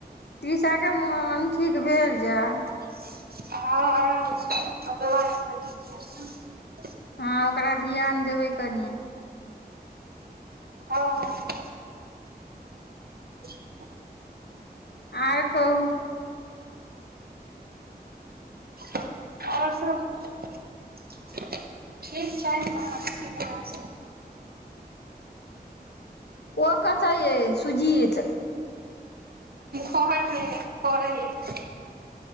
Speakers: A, on the left; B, on the right.
A: तीसाके मोन ठीक भेल जाए
B: हँ आराम छै <unintelligible>
A: हँ ओकरा ध्यान देबै कनि
B: हँ हँ <unintelligible>
A: आर कहू
B: आओर सब ठीक छै अहाँ सबके दया सँ
A: ओ कतऽ ये सुजीत
B: घरमे परल अछि